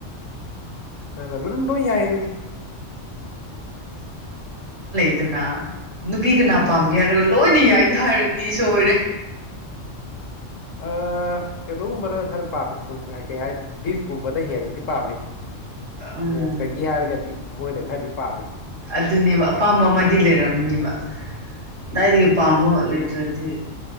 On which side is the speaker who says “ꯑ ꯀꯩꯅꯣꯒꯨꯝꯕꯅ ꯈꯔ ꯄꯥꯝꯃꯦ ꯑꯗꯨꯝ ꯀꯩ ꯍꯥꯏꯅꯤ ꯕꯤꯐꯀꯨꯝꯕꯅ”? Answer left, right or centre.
Left